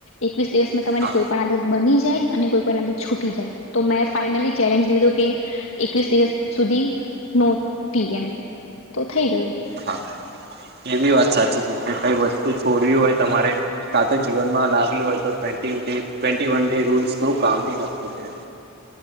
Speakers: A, on the left; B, on the right.
A: એકવીસ દિવસમાં તમારી
B: હા
A: કોઈ પણ આદત બની જાય અને કોઈ પણ આદત છૂટી જાય તો મેં ફાાઈનલી ચેલેન્જ લીધું કે, એકવીસ દિવસ સુધી નો ટી એમ, તો થઈ ગયું.
B: હા. એવી વાત સાચી છે કે કઈ વસ્તુ છોડવી હોય તમારે. કા તો જીવનમાં લાવી હોય તો વીસડે એકવીસ વન ડે રુલસ કામ હોતુ.